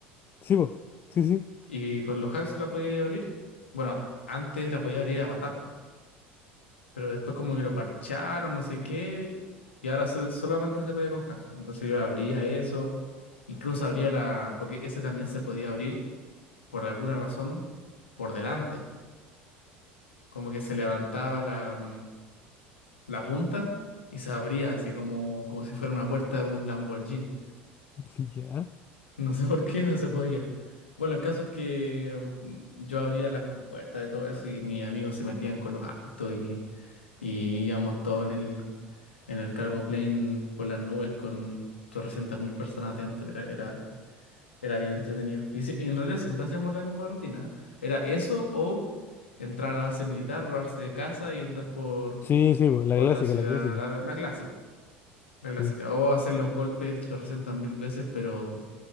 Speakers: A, on the left (about 35°); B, on the left (about 80°).
A: Sí, po. Sí, sí.
B: Y con los hacks la podía abrir. Bueno, antes la podía abrir a patas, po. pero después como que lo parcharon, no sé qué, y ahora se- solamente se podía con hacks. Entonces yo abría eso, incluso abría la, porque ese también se podía abrir por alguna razón por delante, como que se levantaba la, mm, la punta y se abría así como, como si fuera una puerta de un Lamborghini.
A: <laughs> Ya.
B: No sé por qué, pero se podía. Bueno, el caso es que mm, yo abría las compuertas de todo eso y mis amigos se metían con los autos y, y íbamos todos en el, en el cargo plane por las nubes con 800 mil personas dentro. Era, era, era bien entretenido. Y, si- y en realidad siempre hacíamos la misma rutina. ¿eh? Era eso o entrar a la base militar, robarse de casa y andar por,
A: Sí, sí, po, La
B: por
A: clásica,
B: la ciudad,
A: la clásica.
B: la, la clásica. La clásica.
A: Sí.
B: O hacer los golpes 800 mil veces, pero